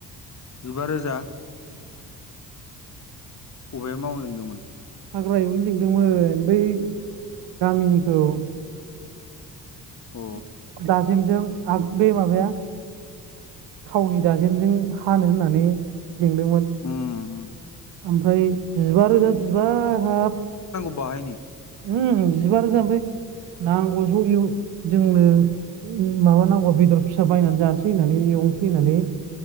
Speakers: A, on the left (about 40°); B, on the right (about 65°).
A: जिबा रोजा बबेयाव मावनो लेंदोंमोन?
B: हाग्रा एवनो लिंदोंमोन बै गामिनिखौ
A: अ
B: <unintelligible> जेंजों आग बे माबाया थावनि दाजेमजों हानो होननानै लिंदोंमोन
A: उम उम
B: ओमफ्राय जिबा रोजा बिबाय हाब
A: बाहायनि
B: ओम जिबा रोजा बे नांगौ ज' जोंनो माबानांगौ बेदर फिसा बायनानै जानोसै होननानै एवनोसै होननानै